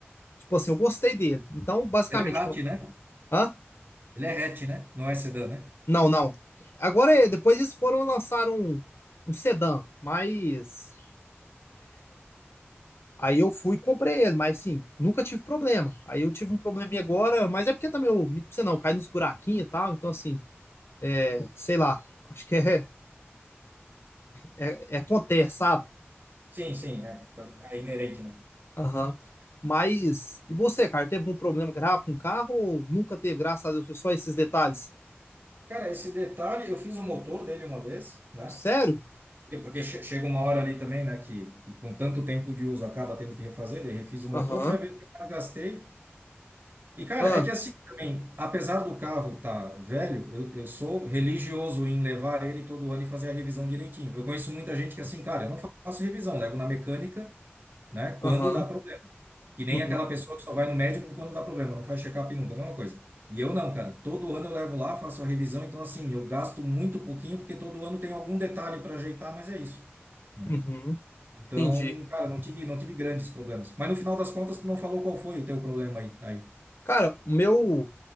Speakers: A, on the left; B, on the right.
A: Tipo assim, eu gostei dele. Então, basicamente...
B: Ele é hatch,
A: Com...
B: né?
A: Hã?
B: Ele é hatch, né? Não é sedã, né?
A: Não, não. Agora, é, depois eles foram lançar um, um sedã, mas... Aí eu fui e comprei ele, mas sim, nunca tive problema. Aí eu tive um probleminha agora, mas é porque também eu, minto pra você não, cai nos buraquinhos e tal, então assim, é, sei lá, acho que é, é, é acontece, sabe?
B: Sim, sim, é, tá- é inerente, né?
A: Aham. Mas, e você, cara, teve algum problema grave com o carro ou nunca teve, graças a Deus, foi só esses detalhes?
B: Cara, esse detalhe, eu fiz o motor dele uma vez, né?
A: Sério?
B: É Porque che- chega uma hora ali também, né, que, que com tanto tempo de uso acaba tendo que refazer, daí refiz o motor,
A: Aham,
B: foi a vez que eu mais gastei. E, cara,
A: ah,
B: é que assim também, apesar do carro tá velho, eu, eu sou religioso em levar ele todo ano e fazer a revisão direitinho. Eu conheço muita gente que assim, cara, eu não faço revisão, levo na mecânica, né, quando
A: aham,
B: dá problema. Que nem
A: uhum,
B: aquela pessoa que só vai no médico quando dá problema, não faz check-up nunca, a mesma coisa. E eu não, cara, todo ano eu levo lá, faço a revisão, então assim, eu gasto muito pouquinho, porque todo ano tem algum detalhe para ajeitar, mas é isso, né?
A: uhum,
B: Então,
A: entendi.
B: cara, não tive, não tive grandes problemas. Mas no final das contas, tu não falou qual foi o teu problema aí. aí.
A: Cara, o meu